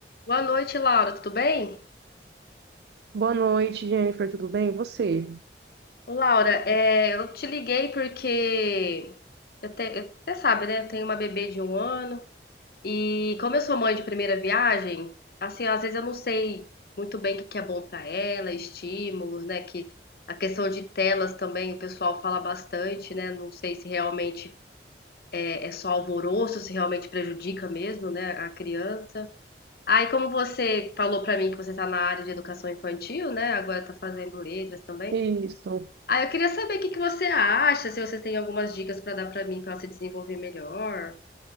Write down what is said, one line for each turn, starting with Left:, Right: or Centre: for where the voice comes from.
Left: Boa noite, Laura. Tudo bem?
Right: Boa noite, Jennifer, tudo bem? E Você?
Left: Ô, Laura, é, eu te liguei porque eu te- eu- você sabe, né? Eu tenho uma bebê de um ano e como eu sou mãe de primeira viagem, assim, às vezes eu não sei muito bem o que que é bom pra ela, estímulos, né? Que a questão de telas também o pessoal fala bastante, né? Não sei se realmente é, é só alvoroço, se realmente prejudica mesmo, né? A criança. Aí, como você falou pra mim que você tá na área de educação infantil, né? Agora tá fazendo letras também.
Right: Isso.
Left: Ah, eu queria saber o que que você acha, se você tem algumas dicas para dar para mim para se desenvolver melhor. O